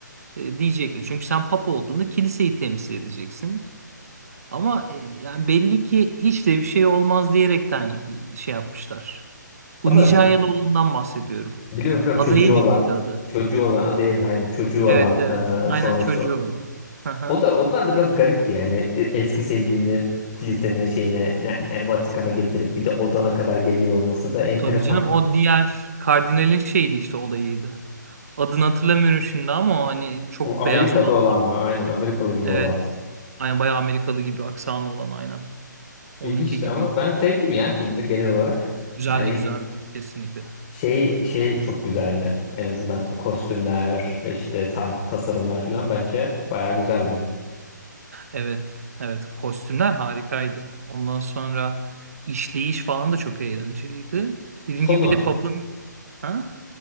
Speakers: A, on the right; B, on the left.
A: e, diyecekler. Çünkü sen papa olduğunda kiliseyi temsil edeceksin. Ama e, yani belli ki hiç de bir şey olmaz diyerekten e, şey yapmışlar.
B: Ama
A: Bu Nijeryalı olandan bahsediyorum.
B: biliyorum biliyorum
A: Adayı
B: çocuğu olan
A: mıydı adı?
B: çocuğu olan Adeyemi aynen çocuğu olan
A: Evet evet.
B: e,
A: Aynen
B: sonra
A: çocuğu
B: işte
A: olan. Hı hı.
B: O da onlar da biraz garipti yani E- eski sevgilini kilisenin şeyine yani yani Vatikan'a getirip bir de odana kadar geliyor olması da enteresan.
A: Tabii canım o diğer kardinalin şeydi işte olayıydı. Adını hatırlamıyorum şimdi ama o hani çok
B: O Amerikalı
A: beyaz olan.
B: olan mı? Aynen Amerikalı gibi
A: Evet.
B: olan.
A: Aynen bayağı Amerikalı gibi aksanı olan aynen. Onunki
B: İlginçti
A: gibiydi.
B: ama ben sevdim ya filmi genel olarak.
A: Güzeldi
B: Yani
A: güzeldi. Kesinlikle.
B: şey şey çok güzeldi. En azından kostümler, işte ta- tasarımlar falan bence bayağı güzeldi.
A: Evet. Evet. Kostümler harikaydı. Ondan sonra işleyiş falan da çok eğlenceliydi. Dediğim
B: Sonu
A: gibi bir de Pap'ın ha?